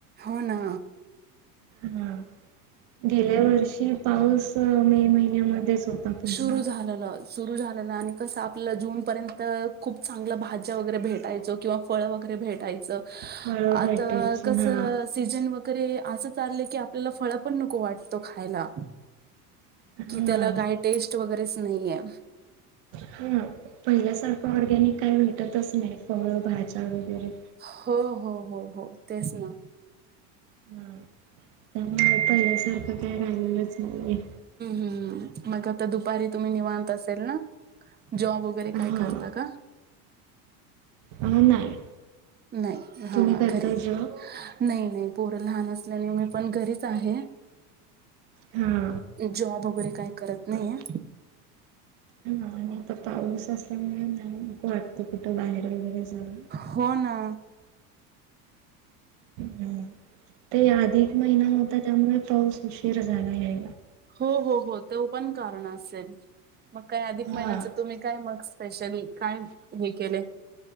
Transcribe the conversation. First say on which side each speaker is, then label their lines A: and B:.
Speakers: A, on the right (about 20°); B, on the right (about 60°).
A: होणा
B: हा गेल्या वर्षी.. पाऊस मे महिन्यामध्येच होता पूर्ण..
A: सुरू झालेलं सुरू झालेलं आणि कसं आपल्याला जूनपर्यंत खूप चांगलं भाज्या वगैरे भेटायचो किंवा फळ वगैरे. भेटायच
B: फळं
A: आ
B: भेटायची
A: कस
B: हा
A: सीजन वगैरे अस चाललं की आपल्याला फळ पण नको वाटतो खायला..
B: हा
A: कि त्याला काही टेस्ट वगैरेच नाहीये.
B: हा पहिल्यासारखं ऑरगॅनिक काय भेटतच नाही फळ भाज्या वगैरे..
A: हो हो हो हो तेच ना...
B: हा त्यामुळे पहिल्यासारखं काय झालेलंच नाही.
A: हम्म मग आता दुपारी तुम्ही निवांत असेल ना जॉब वगैरे काय
B: हा.
A: करता का <inaudible>
B: अ नाही
A: नाही हा
B: तुम्ही
A: घरीच
B: करता जॉब
A: नाही नाही पोरं लहान असल्याने मी पण घरीच आहे
B: हा
A: जॉब वगैरे काही करत नाही
B: बर
A: या
B: हा आणि आता पाऊस असल्यामुळे जाक वाटतं कुठं बाहेर वगैरे जायला
A: हो ना
B: हम् ते अधिक महिना होता त्यामुळे पाऊस उशीर झाला आहे
A: हो हो हो ते पण कारण असेल मग काही अधिक
B: हा.
A: महिन्याच तुम्ही काय मग स्पेशली काय हे केले